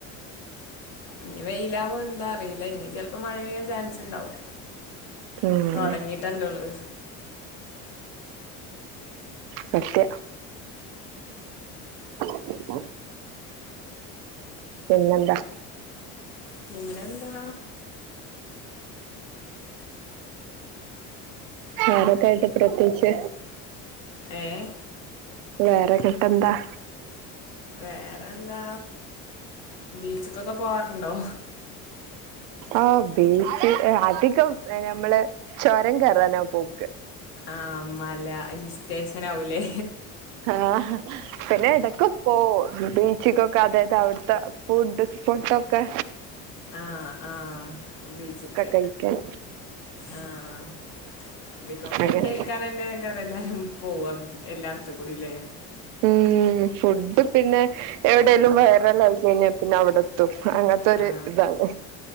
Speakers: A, on the left; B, on the right.
A: ഇനി വെയിലാവോ എന്താ അറിയില്ല അല്ല ഇനി ചിലപ്പോ മഴെയ്യൻ ചാൻസ് ഉണ്ടാവും
B: ഉം
A: തുടങ്ങിട്ടല്ലള്ളത്
B: സത്യ ആ പിന്നെന്താ
A: പിന്നെ എന്താ
B: വേറൊക്കായിട്ട് പ്രത്യേകിച്ച്
A: ഏഹ്
B: വേറെങ്ങിട്ടെന്താ
A: വേറെന്താ ബീച്ചക്കൊക്കെ പോവാറുണ്ടോ?
B: ആ ബീച്ച് അധികം നമ്മള് ചുരം കേറാനാ പോക്ക്
A: ആഹ് മല ഹിൽ സ്റ്റേഷനാവൂലേ
B: ആഹ് പിന്നെ എടക്ക് പോവും ച്ചിക്കൊക്കെ അതായത് അവിട്ത്തെ ഫുഡ് ഫുഡൊക്കെ
A: ആഹ് ആഹ് ബീച്ച്ത്തെ
B: കഴിക്കാൻ
A: ആഹ് അധികം ഫുഡഴിക്കാനന്നെക്കാ
B: അങ്ങനെ
A: ഇപ്പ എല്ലാരും പോവാ എല്ലാട്ത്തും കൂടില്ലേ
B: ഉം ഫുഡ് പിന്നെ എവിടെലും വൈറലായി കഴിഞ്ഞാ പിന്നെ അവിടെ എത്തും. അങ്ങ ത്തൊരു
A: ആ
B: ഇതാണ്